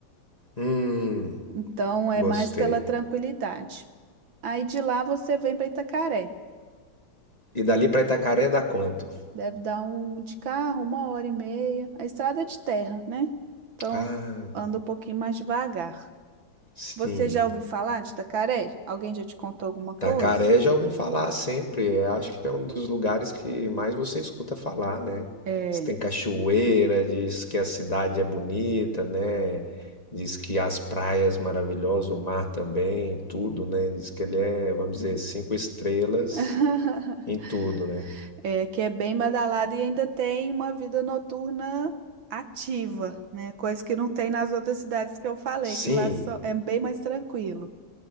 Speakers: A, on the left; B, on the right.
A: Hum,
B: então é
A: gostei.
B: mais pela tranquilidade. Aí de lá você vem para Itacaré.
A: E dali pra Itacaré dá quanto?
B: Deve dar um de carro, uma hora e meia. A estrada é de terra, né? Então
A: Ah,
B: anda um pouquinho mais devagar.
A: sim.
B: Você já ouviu falar de Tacaré? Alguém já te contou alguma coisa?
A: Tacaré já ouvi falar sempre. Eu acho que é um dos lugares que mais você escuta falar, né?
B: É.
A: Você tem cachoeira, diz que a cidade é bonita, né? Diz que as praias maravilhosas, o mar também, tudo, né? Diz que ele é, vamos dizer, cinco estrelas
B: <laughs>
A: em tudo, né?
B: É, que é bem badalado e ainda tem uma vida noturna ativa, né? Coisa que não tem nas outras cidades que eu falei,
A: Sim.
B: que lá só- é bem mais tranquilo.